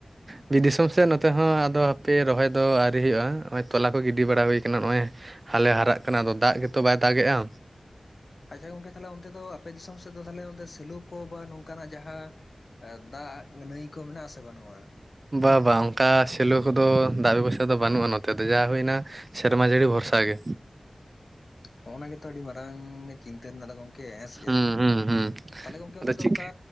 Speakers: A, on the right (about 40°); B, on the left (about 65°).
A: ᱵᱤᱨ ᱫᱤᱥᱚᱢ ᱥᱮᱫ ᱱᱚᱛᱮ ᱦᱚᱸ ᱟᱫᱚ ᱦᱟᱯᱮ ᱨᱚᱦᱚᱭ ᱫᱚ ᱟᱹᱣᱨᱤ ᱦᱩᱭᱩᱜᱼᱟ ᱱᱚᱜ-ᱚᱭ ᱛᱚᱞᱟ ᱠᱚ ᱜᱤᱰᱤ ᱵᱟᱲᱟ ᱦᱩᱭ ᱠᱟᱱᱟ ᱱᱚᱜᱼᱚᱭ ᱦᱟᱞᱮ ᱦᱟᱨᱟᱜ ᱠᱟᱱᱟ ᱟᱫᱚ ᱫᱟᱜ ᱜᱮᱛᱚ ᱵᱟᱭ ᱫᱟᱜ ᱜᱮᱼᱟ
B: ᱟᱪᱪᱷᱟ ᱜᱚᱝᱠᱮ ᱛᱟᱦᱞᱮ ᱚᱱᱛᱮ ᱫᱚ ᱟᱯᱮ ᱫᱤᱥᱚᱢ ᱥᱮᱫ ᱫᱚ ᱛᱟᱦᱞᱮ ᱚᱱᱛᱮ ᱥᱮᱞᱩ ᱠᱚ ᱵᱟ ᱱᱚᱝᱠᱟᱱᱟᱜ ᱡᱟᱦᱟᱸ ᱫᱟᱜ ᱱᱟᱹᱭ ᱠᱚ ᱢᱮᱱᱟᱜᱼᱟ ᱥᱮ ᱵᱟᱹᱱᱩᱜᱼᱟ?
A: ᱵᱟ ᱵᱟᱝ ᱚᱱᱠᱟ ᱥᱮᱞᱳ ᱠᱚᱫᱚ ᱫᱟᱜ ᱵᱮᱵᱚᱥᱷᱟ ᱫᱚ ᱵᱟᱹᱱᱩᱜᱼᱟ ᱱᱚᱛᱮ ᱫᱚ ᱡᱟ ᱦᱩᱭᱱᱟ ᱥᱮᱨᱢᱟ ᱡᱟᱹᱲᱤ ᱵᱷᱚᱨᱥᱟ ᱜᱮ
B: ᱦᱚᱸᱜᱼ ᱚᱱᱟ ᱜᱮᱛᱚ ᱟᱹᱰᱤ ᱢᱟᱨᱟᱝ ᱪᱤᱱᱛᱟᱹ ᱨᱮᱱᱟᱜ ᱫᱚ ᱜᱚᱝᱠᱮ ᱦᱮᱸ ᱥᱮ ᱪᱮᱫ,
A: ᱦᱩᱸ ᱦᱩᱸ ᱦᱩᱸ
B: ᱛᱟᱦᱚᱞᱮ ᱜᱚᱢᱠᱮ ᱚᱱᱛᱮ
A: ᱟᱫᱚ
B: ᱫᱚ
A: ᱪᱤᱠᱟᱹ
B: ᱚᱠᱟ